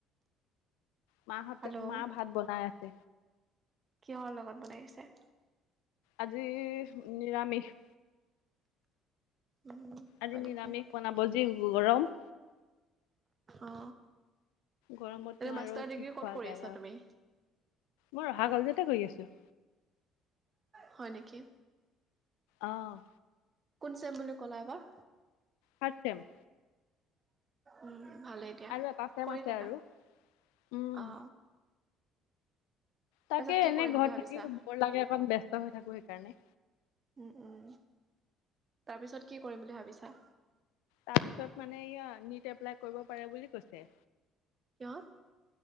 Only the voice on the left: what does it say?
মাহঁতে
মা ভাত বনাই আছে।
আজি নিৰামিষ।
আজি
নিৰামিষ
বনাব যি গৰম
গৰমতনো
আৰু কি
খোৱা
যায়
আৰু
মই ৰহা কলেজতে কৰি আছো।
অ।
Third sem.
আৰু এটা চেম
আছে
আৰু উম
তাকে
এনে
ঘৰত
থাকি বৰ লাগে অকণ ব্যস্ত হৈ থাকো সেইকাৰণে।
তাৰ পিছত মানে ইয়া নীট এপ্লাই কৰিব পাৰে বুলি কৈছে।